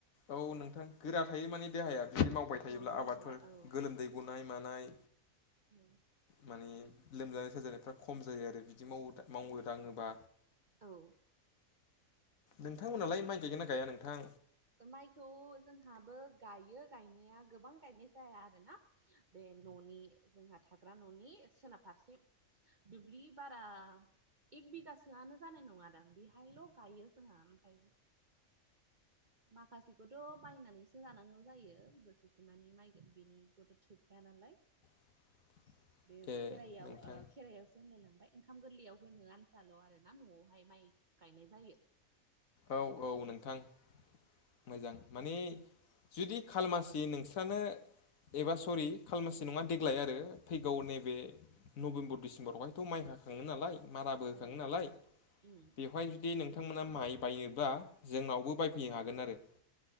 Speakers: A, on the left (about 75°); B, on the right (about 40°).
A: औ नोंथां गोरा थायो माने देहाया बिदि मावबाय थायोब्ला
B: औ देहाया
A: आबादफोर
B: औ
A: गोलोमदै गनाय मानाय
B: औ
A: माने लोमजानाय साजानायफ्रा खम जायो आरो बिदि मावो मावो दाङोबा
B: औ
A: नोंथांमोनालाय माइ गायगोन ना गाया नोंथां
B: माइखौ जोंहाबो गायो गायनाया गोबां गायनाय जाया आरो ना बे न'नि जोंहा थाग्रा न'नि सोनाब फारसे दुब्लि बारा एक बिगासोआनो जानाय नङा दां बेहायल' गायो जोंहा ओमफाय माखासेखौथ' बायनानैसो जानांगौ जायो बोसोसेमानि माइ बिनि खौथ' थोखाया नालाय
A: <inaudible>
B: बे खेराइायाव
A: नोंथां
B: ओ खेराइायाव जोनलाय लांबाय ओंखाम गोरलैयाव होनो आन्थाल' आरोना न'आवहाय माइ गायनाय जायो
A: औ औ नोंथां मोजां माने जुदि खालमासि नोंस्रानो एबा सरि खालमासि नङा देग्लाय आरो फैगौ नैबे नभेब्बर डिसिम्बरावहायथ' माइ हाखाङो नालाय माराबो होखाङो
B: औ
A: नालाय
B: उम
A: बेवहाय जुदि नोंथांमोना माइ बायोबा जोंनावबो बायफैयो हागोन आरो